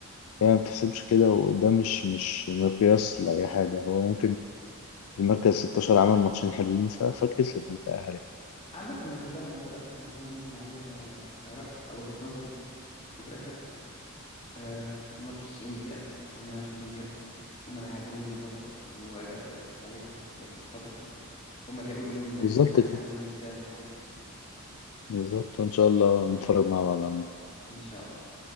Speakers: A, on the left (about 70°); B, on the left (about 30°).
A: يعني ما بتحسبش كده وده مش مش مقياس لأي حاجة هو ممكن المركز 16 عمل ماتشين حلوين ف- فكسب وتأهل يعني
B: عامة هي كلها معطيات احنا بنحاول نبني عليها آه، رأي أو وجهة نظر وفي الآخر آه، الماتش 90 دقيقة أو 120 دقيقة هما اللي هيحددوا مين البطل وأداء اللعيبة في في الفترة دي هما اللي هيقولوا مين
A: بالظبط
B: مين أحسن
A: كده
B: ومين يستاهل البطولة
A: بالظبط وإن شاء الله نتفرج مع بعض على
B: إن شاء الله